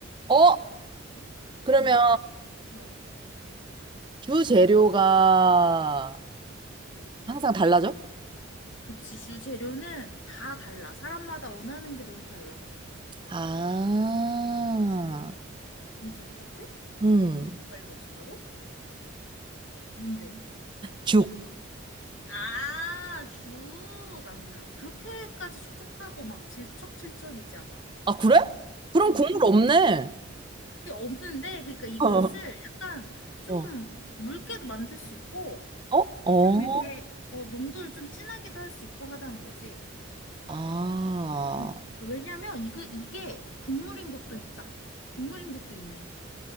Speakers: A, on the right (about 25°); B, on the left (about 70°).
A: 어, 그러면
B: 뭔데? 어.
A: 주 재료가 항상 달라져?
B: 그치, 주재료는 다 달라. 사람마다 원하는 게 너무 달라.
A: 아,
B: 뭔지 알 것 같아?
A: 음,
B: 이렇게 빨리 맞춘다고? 뭔데?
A: 죽.
B: 아, 죽 아니야. 그렇게까지 촉촉하고 막 질척질척이지 않아.
A: 아, 그래? 그럼
B: 어.
A: 국물 없네.
B: 그게 없는데, 그러니까 이걸
A: <laughs>
B: 쓸 약간 좀
A: 어. 어,
B: 묽게도 만들 수 있고,
A: 어? 어?
B: 좀 이렇게 어, 농도를 좀 진하게도 할 수 있고 하다는 거지.
A: 아,
B: 음. 왜냐면 이거 이게 국물인 것도 있다. 국물인 것도 있네.